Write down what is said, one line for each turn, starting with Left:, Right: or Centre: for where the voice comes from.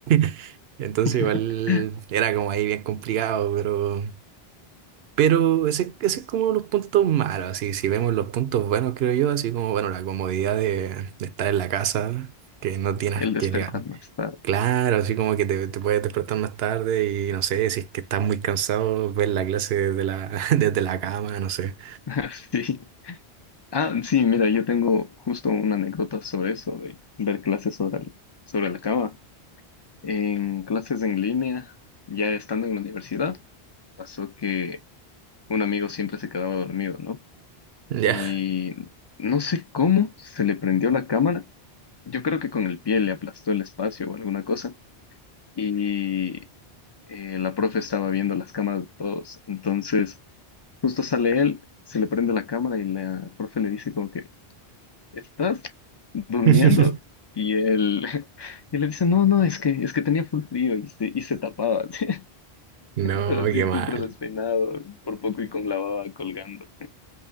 Right: <laughs> Entonces
Left: <laughs>
Right: igual era como ahí bien complicado, pero pero ese, ese es como los puntos malos, así si vemos los puntos buenos creo yo, así como bueno, la comodidad de, de estar en la casa, que no tienes
Left: El despertar
Right: que leer.
Left: más tarde.
Right: Claro, así como que te, te puedes despertar más tarde y no sé, si es que estás muy cansado, ver la clase desde la, <laughs> desde la cama, no sé.
Left: <laughs> Sí. Ah, sí, mira, yo tengo justo una anécdota sobre eso, de ver clases sobre, el- sobre la cama. En clases en línea, ya estando en la universidad, pasó que un amigo siempre se quedaba dormido, ¿no?
Right: Ya.
Left: Y no sé cómo se le prendió la cámara. Yo creo que con el pie le aplastó el espacio o alguna cosa. Y eh, la profe estaba viendo las cámaras de todos. Entonces, justo sale él, se le prende la cámara y la profe le dice como que... ¿estás durmiendo?
Right: <laughs>
Left: Y él, <laughs> y le dice, no, no, es que, es que tenía full frío y se, y se tapaba, <laughs> así.
Right: No,
Left: Pero así
Right: qué mal.
Left: súper despeinado, por poco y con la baba colgando,